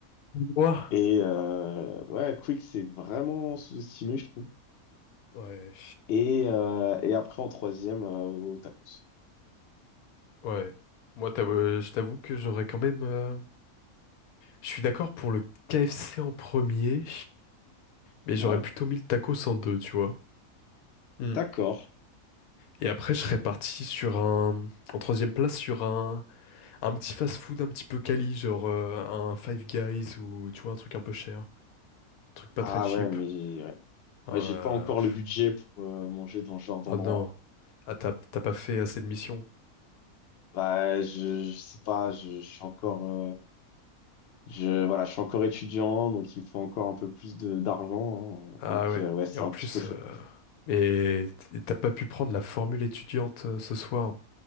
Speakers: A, on the left (about 80°); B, on the left (about 60°).
A: Moi,
B: Et euh, ouais, Quick, c'est vraiment sous-estimé, je trouve.
A: ouais,
B: Et, euh, et après, en troisième, euh, au tacos.
A: ouais. Moi, t'avou- je t'avoue que j'aurais quand même. euh, Je suis d'accord pour le KFC en premier, mais j'aurais
B: Ouais,
A: plutôt mis le tacos en deux, tu vois. Hmm.
B: d'accord.
A: Et après, je serais parti sur un, en troisième place sur un, un petit fast-food un petit peu quali, genre euh, un Five Guys ou tu vois, un truc un peu cher, un truc pas
B: Ah
A: très cheap.
B: ouais, mais ouais.
A: Un,
B: Moi,
A: euh,
B: j'ai pas encore le budget pour euh, manger dans ce genre d'endroit.
A: Oh non, ah, t'as t'as pas fait assez de missions.
B: Bah, je, je sais pas, je, je suis encore, euh, je, voilà, je suis encore étudiant, donc il me faut encore un peu plus de d'argent. hein.
A: Ah
B: Donc,
A: ouais,
B: euh, ouais, c'est
A: et en
B: un
A: plus,
B: petit peu chaud.
A: euh, mais t- t'as pas pu prendre la formule étudiante euh, ce soir,